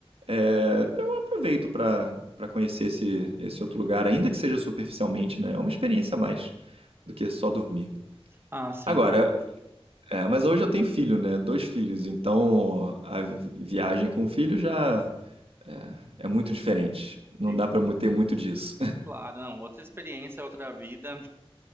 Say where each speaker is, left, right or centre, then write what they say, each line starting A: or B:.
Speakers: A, on the right (about 70°); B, on the right (about 25°).
A: é, eu aproveito para para conhecer esse, esse outro lugar, ainda que seja superficialmente, né? É uma experiência a mais do que só dormir.
B: Ah, sim,
A: Agora,
B: boa.
A: é, mas hoje eu tenho filho, né? Dois filhos, então a vi- viagem com filho já é, é muito diferente. Não
B: E
A: dá para ter muito disso.
B: claro, não, outra experiência, outra vida.